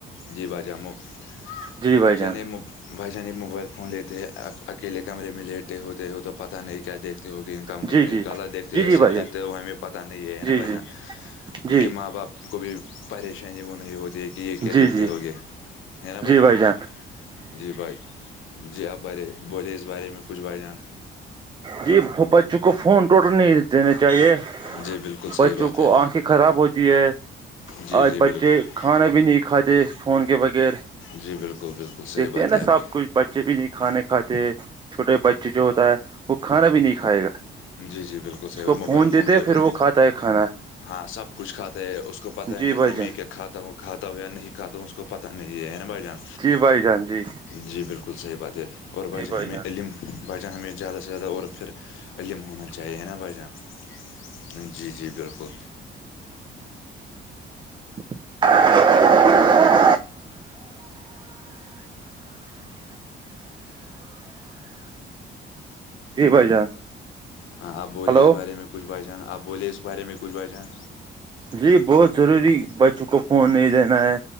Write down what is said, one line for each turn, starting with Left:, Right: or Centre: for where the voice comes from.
Left: جی باجا مفت
Right: جی بھائی
Left: بھجنم
Right: جان
Left: <inaudible> بھائی جان موبائل فون لیتے ہیں اکیلے کمرے میں لیٹے ہوتے ہو تو پتہ نہیں کیا دیکھتے ہوگے کمروں
Right: جی
Left: میں
Right: جی
Left: غط دیکھتے
Right: جی
Left: ہو
Right: جی
Left: صحیح
Right: بھائی
Left: دیکھتے
Right: جان
Left: ہو ہمیں پتا نہیں ہے نا
Right: جی
Left: بھ
Right: جی
Left: جان ان
Right: جی
Left: کے ماں باپ کو بھی پریشانی وہ نہیں ہوتی ہے کہ یہ کیا
Right: جی
Left: دیکھتے
Right: جی
Left: ہوگے ہے نا بھائی
Right: جی
Left: جہاں
Right: جان
Left: جی بھائی جی آپ بارے بولے اس بارے میں کچھ با جان
Right: جی بچوں کو فون ٹوٹل نہیں دیا چاہیے
Left: جی
Right: <inaudible>
Left: بالکل
Right: بچوں
Left: صحیح بات
Right: کو
Left: ہے
Right: آنکھیں خراب ہوتی ہے
Left: جی
Right: آج
Left: جی
Right: بچے
Left: بالکل
Right: کھانا بھی نہیں کھاتے د فون کے بغیر
Left: جی بالکل بالکل صحیح
Right: دیکھے
Left: بات
Right: نا
Left: ہے آپ
Right: سب
Left: کی
Right: کچھ <inaudible> بچے بھی نہیں کھانے کھاتے چھوٹے بچے جو ہوتا ہے وہ کھانا بھی نہیں کھائے گا <inaudible>
Left: جی جی بالکل صحیح
Right: اس کو
Left: بھ موبائل فون
Right: دیتے
Left: کے
Right: پھر
Left: بجے
Right: وہ کھاتا ہے کھانا
Left: ہاں سب کچھ کھاتے ہے اس کو پتہ ہی
Right: جی
Left: نہیں
Right: بھائی
Left: تھا
Right: جان
Left: میں کیا کھا ہوں کھاتا ہو یا نہیں کھاتا ہوں اس کو پتا نہیں ہے نا بھائی جان
Right: جی بھائی جان جی
Left: جی بالکل صحیح بات ہے اور بھ
Right: جی
Left: جان
Right: بھائی
Left: ہمیں علم بھ جان ہمیں زیادہ سے زیادہ اور پھر علم ہونا چاہیے نا بھائی جان جی جی بالکل
Right: <inaudible> جی بھ جان <unintelligible>
Left: ہاں ابولے
Right: ہلو
Left: اس بارے میں کچھ بچان ابولے اس بارے میں کچھ بچان
Right: جی بہت ضروری بچوں کو فون نہیں دینا ہے